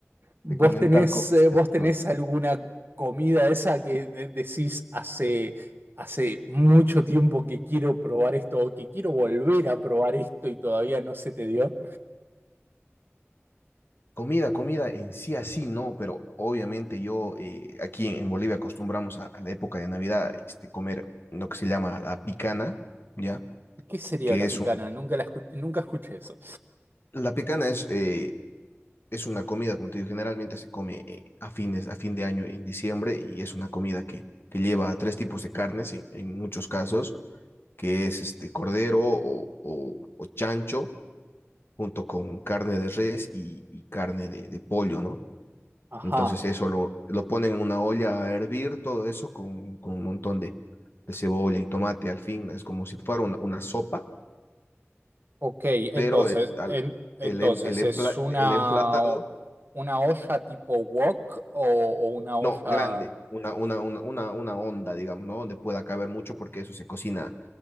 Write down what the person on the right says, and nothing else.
¿Vos
tenés,
eh,
vos
tenés
alguna comida esa que de- decís hace, hace mucho tiempo que quiero probar esto o que quiero volver a probar esto y todavía no se te dio?
¿Qué sería
la
picana?
Nunca la escu- nunca escuché eso.
Ajá,
ok, entonces,
en- entonces
¿es una,
una olla tipo wok o, o una olla...